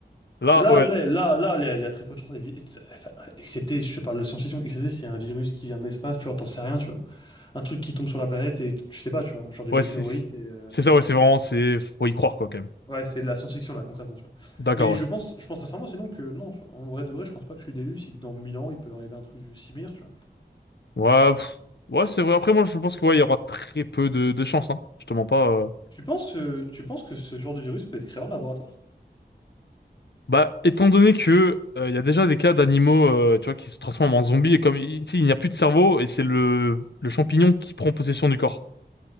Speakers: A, on the left; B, on the left.
A: Là,
B: Là,
A: ouais,
B: là, là, là, il y a il y a très peu de chances. enfin, Excepté, je te parle de science-fiction, excepté s'il y a un virus qui vient de l'espace, tu vois, t'en sais rien, tu vois. Un truc qui tombe sur la planète et tu sais pas, tu vois, genre d'une
A: ouais,
B: météorite
A: c'est
B: et, euh,
A: c'est ça, ouais, c'est vraiment, c'est faut y croire quoi, quand même.
B: Ouais, c'est de la science-fiction, là, concrètement, tu vois.
A: D'accord,
B: Mais je
A: ouais.
B: pense, je pense sincèrement, sinon que, non, en vrai de vrai, je pense pas que je suis d'élu, c'est que dans 1000 ans, il peut arriver un truc similaire, tu vois.
A: Ouais, pff, ouais, c'est vrai. Après, moi, je pense que ouais, il y aura très peu de, de chance, hein. Je te mens pas. euh,
B: Tu penses, euh, tu penses que ce genre de virus peut être créé en laboratoire?
A: Bah, étant donné que euh, il y a déjà des cas d'animaux, euh, tu vois, qui se transforment en zombies et comme ici il n'y a plus de cerveau et c'est le le champignon qui prend possession du corps.